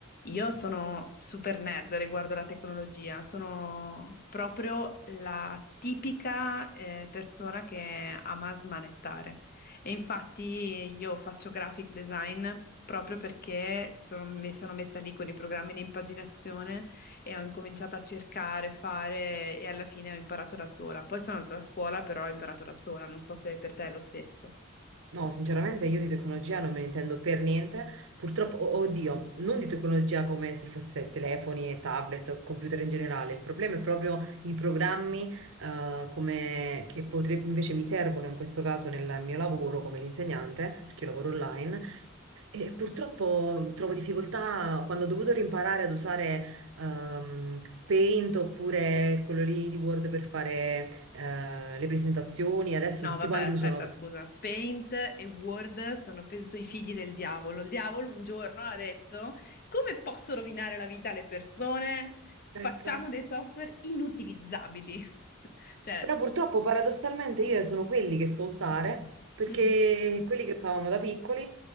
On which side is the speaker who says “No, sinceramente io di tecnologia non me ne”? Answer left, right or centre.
Right